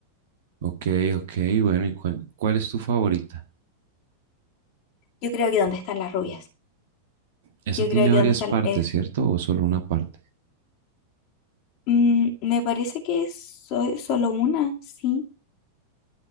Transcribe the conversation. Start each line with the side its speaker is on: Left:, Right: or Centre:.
Right: ok, ok. Bueno, ¿y cuál, cuál es tu favorita?
Left: Yo creo que ¿Dónde están las rubias?
Right: Esa
Left: Yo
Right: tiene
Left: creo que
Right: varias
Left: ¿Dónde están
Right: partes,
Left: es...
Right: ¿cierto? ¿O solo una parte?
Left: mm, me parece que es so- solo una, sí.